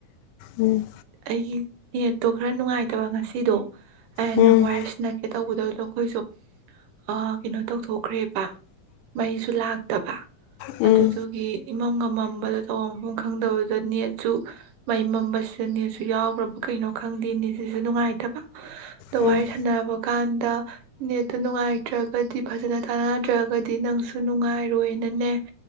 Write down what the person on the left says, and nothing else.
ꯎꯝ
ꯎꯝ
ꯎꯝ
ꯎꯝ